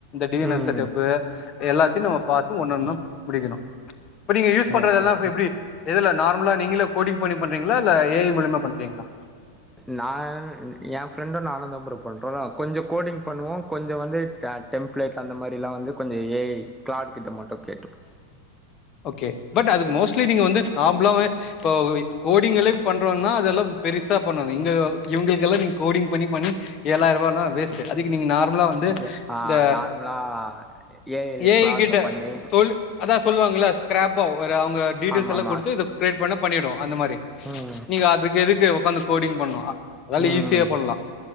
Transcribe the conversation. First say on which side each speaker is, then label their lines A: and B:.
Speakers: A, on the left; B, in the centre.
A: டி என்
B: ம்
A: எஸ் செட்டப்பு எல்லாத்தையூ நம்ம பார்த்து ஒன்னு ஒன்னா முடிக்கணூ இப்ப நீங்க யூஸ் பண்றதெல்லா
B: ஓகே ஓகே
A: எப்டி எதுல நார்மலா நீங்களோ கோடிங் பண்ணி பண்றீங்களா இல்ல ஏ ஐ மூலியமா பண்றீங்களா
B: நா என் ஃப்ரெண்டும் நானூ தா ப்ரோ பண்றோ கொஞ்சோ கோடிங் பண்ணுவோ கொஞ்சோ வந்து கிளாட் டெம்ப்ளேட் அந்த மாதிரில்லா வந்து கொஞ்சோ ஏ ஐ கிளாட் கிட்ட மட்டோ கேட்டுப்போ
A: ஓகே பட் அதுக்கு மோஸ்ட்லி நீங்க வந்து நாம்ப்ளாவே இப்போ கோடிங்களே பண்றோன்னா அதெல்லா பெருசா பண்ணாதீங்க இங்க இவூங்களூக்கெல்லா நீங்க கோடிங் பண்ணி பண்ணி எழாயிரோ ரூபானா வேஸ்ட் அதுக்கு நீங்க நார்மலா வந்து
B: ஓகே
A: இந்த
B: நார்மலாக ஏஐல
A: ஏ
B: கிளாடில்
A: ஐய் கிட்ட
B: பண்ணி
A: சொல் அதா சொல்வாங்கில்ல ஸ்க்ராப்பா ஒரு அவங்க டீட்டெய்ல்ஸ்
B: ஆமாம்
A: எல்லா கொடுத்து இத கிரேயேட் பண்னா பண்ணிடூ அந்த மாரி
B: அ ஹாங்
A: நீங்க அதுக்கு எதுக்கு உக்காந்து கோடிங் பண்ணோ அதால
B: ம்
A: ஈஸியா பண்லா